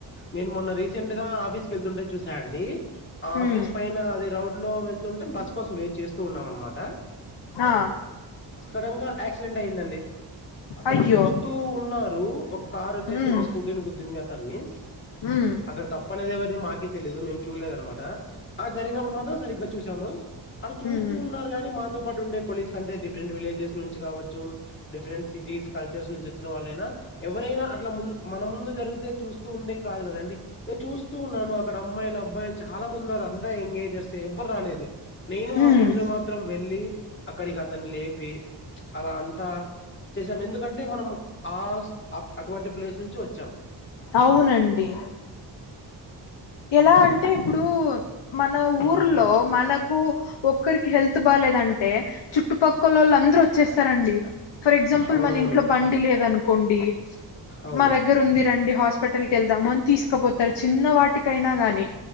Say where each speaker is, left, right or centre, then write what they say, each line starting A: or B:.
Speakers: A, on the left; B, on the left.
A: నేను మొన్న రీస సెంట్ గా ఆఫీస్ కి వెళ్తుంటే చూసా అండి ఆఫీస్
B: ఉమ్
A: పైన అదే రౌడ్ లో వెళ్తుంటే బస్సు కోసం వెయిట్ చేస్తూ ఉన్నాం అనమాట
B: ఆ
A: సడన్ గా యాక్సిడెంట్ అయిందండి అక్కడ
B: అయ్యో
A: చూస్తూ ఉన్నారు ఒక కారు వచ్చేసి
B: ఉమ్
A: ఒక స్కూటీ నీ గుద్దింది అతనిని
B: ఉమ్
A: అక్కడ తప్పు ప్ప అనేది ఎవరిది మాకే తెలియదు మేము చూడలేదు అనమాట ఆ జరిగినప్పుడు మాత్రం సరిగ్గా చూస చాము అది చూస్తూ
B: ఉమ్
A: ఉన్నారు గాని మా పాటు ఉండే కొలీగ్స్ అంటే డిఫరెంట్ విలేజెస్ నుంచి కావచ్చు డిఫరెంట్ సిటీస్ కల్చర్స్ నుంచి వచ్చిన వాళ్ళైనా ఎవరైనా అట్లా ముందు మన ముందు జరిగితే చూస్తూ ఉండే కాదు కదా అంటే నేను చూస్తూ ఉన్నాను అక్కడ అమ్మాయిలు అబ్బాయిలు చాలా మందిన్నారు అంతా ఎంగేజర్స్ ఎవ్వరు రాలేదు నేను మా
B: ఉమ్
A: ఫ్రెండ్ మాత్రం వెళ్ళి అక్కడికి అతన్ని లేపి అలా అంతా చేసాం ఎందుకంటే మనం ఆ అటువంటి ప్లేస్ నుంచి వచ్చాం
B: అవునండి ఎలా
A: అవునండి
B: అంటే ఇప్పుడు మన ఊర్లో
A: ఉమ్
B: మనకు ఒక్కరికి హెల్త్ బాేదంటే చుట్టుపక్కల వాళ్ళు అందరుూ వచ్చేస్తారంండి ఫర్ ఎగ్జాంపుల్
A: అవునవును
B: మన ఇంట్లో బండి లేదనుకో ఉండి
A: అవును
B: మా దగ్గర ఉంది రండి హాస్పిటల్ క వెళ్దాం అని తీసుకుపోతారు చిన్న వాటికి కైనా కాగానీ